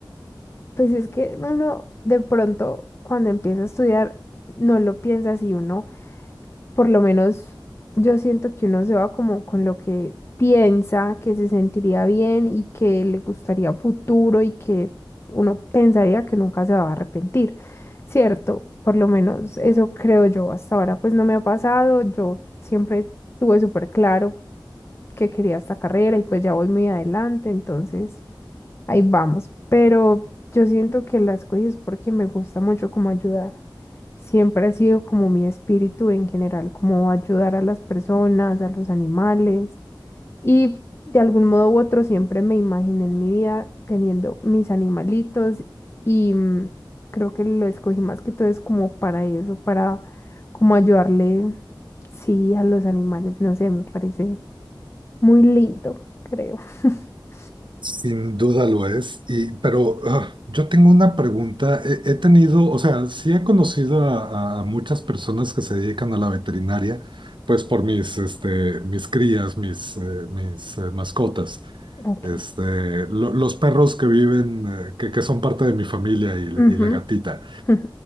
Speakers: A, on the left (about 30°); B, on the right (about 75°).
A: pues es que uno de pronto cuando empieza a estudiar no lo piensa así, uno. por lo menos yo siento que uno se va como con lo que piensa, que se sentiría bien y que le gustaría a futuro y que uno pensaría que nunca se va a arrepentir, ¿cierto? Por lo menos eso creo yo. Hasta ahora pues no me ha pasado. Yo siempre tuve súper claro que quería esta carrera y pues ya voy muy adelante, entonces ahí vamos. Pero yo siento que las cosas es porque me gusta mucho como ayudar. Siempre ha sido como mi espíritu en general, como ayudar a las personas, a los animales. Y de algún modo u otro siempre me imaginé en mi vida teniendo mis animalitos y mm, creo que lo escogí más que todo es como para eso, para como ayudarle, sí, a los animales. No sé, me parece muy lindo, creo. <laughs>
B: Sin duda lo es, y, pero ah, yo tengo una pregunta. He, he tenido, o sea, sí he conocido a, a- a muchas personas que se dedican a la veterinaria, pues por mis, este, mis crías, mis, eh, mis eh, mascotas,
A: Ok.
B: este, lo- los perros que viven, eh, que, que son parte de mi familia y,
A: Ujú.
B: y la gatita.
A: <laughs>